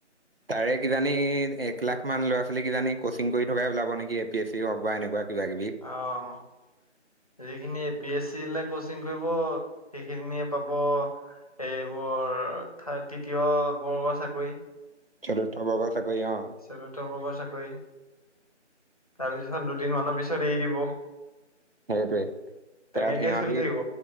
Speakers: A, on the right (about 50°); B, on the left (about 30°).
A: তাৰে কিজানি, এক লাখ মান ল'ৰা-ছোৱালী কিজানি কচিং কৰি থকাই ওলাব নেকি? কেফে হওক বা এনেকুৱা কিবা কিবি।
B: অ'। যিখিনি এ পি স চি লে কোচিং কৰিব সেইখিনিয়ে পাব এইবোৰ থা তৃতীয় বৰ্গৰ চাকৰি।
A: চতুৰ্থ বৰ্গৰ চাকৰি অ'।
B: <unintelligible> ভাগৰ চাকৰি। তাৰপিছত দুদিন মানৰ পিছত এৰি দিব।
A: সেইটোৱে
B: তেনেকেই
A: তাত সিহঁতি
B: চলি থাকিব।